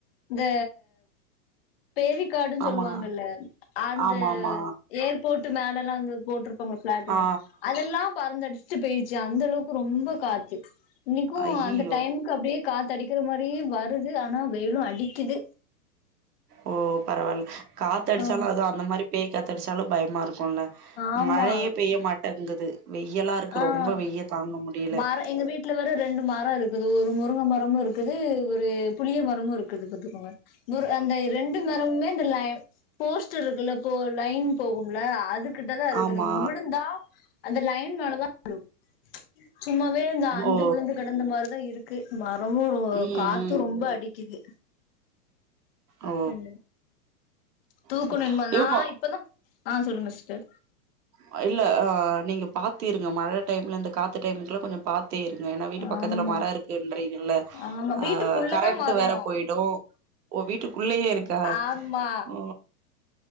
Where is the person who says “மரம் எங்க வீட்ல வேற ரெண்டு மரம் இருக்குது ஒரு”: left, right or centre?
Left